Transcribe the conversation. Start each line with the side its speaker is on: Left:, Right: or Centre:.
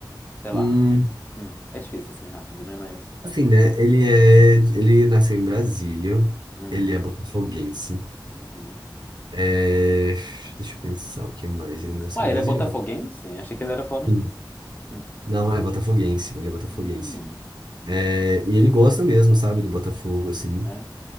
Left: sei lá.
Right: Hum,
Left: Hum, é difícil assim rápido, né? Mas.
Right: assim, né? Ele é, ele nasceu em Brasília.
Left: Hum,
Right: Ele é botafoguense.
Left: uhum.
Right: É, deixa eu pensar o que mais. Ele nasceu
Left: Ué,
Right: em Brasília?
Left: ele é botafoguense?
Right: Bota-
Left: Achei que ele era flamenguista.
Right: Sim.
Left: Hum,
Right: Não, é botafoguense. Ele é botafoguense.
Left: hum,
Right: É, e ele gosta mesmo, sabe, do Botafogo, assim.
Left: é.